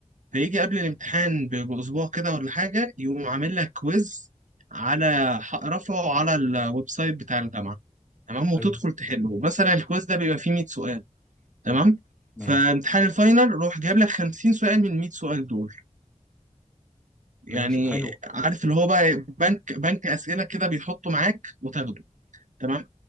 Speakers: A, on the right; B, in the centre.
A: فيجي قبل الامتحان ب- باسبوع كده ولا حاجه يقوم عامل لك كويز على ح- رفعه على الويب سايت بتاع الجامعه تمام وتدخل
B: ايوه
A: تحله مثلا الكويز ده بيبقى فيه 100 سؤال تمام
B: ماشي
A: فامتحان الفاينل روح جايب لك 50 سؤال من 100 سؤال دول يعني
B: ماشي حلو
A: عارف اللي هو بقى بنك بنك اسئله كده بيحطه معاك وتاخده تمام